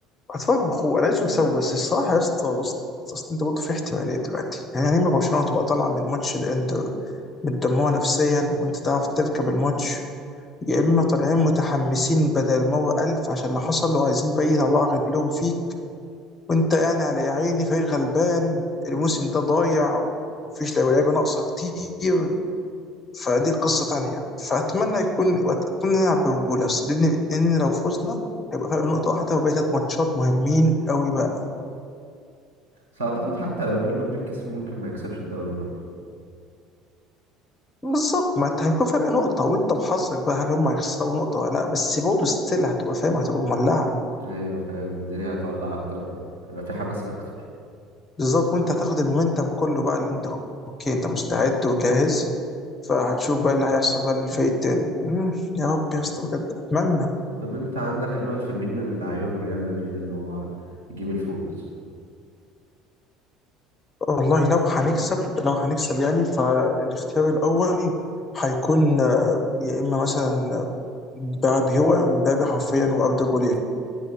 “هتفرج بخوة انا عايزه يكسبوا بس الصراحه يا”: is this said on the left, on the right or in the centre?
Left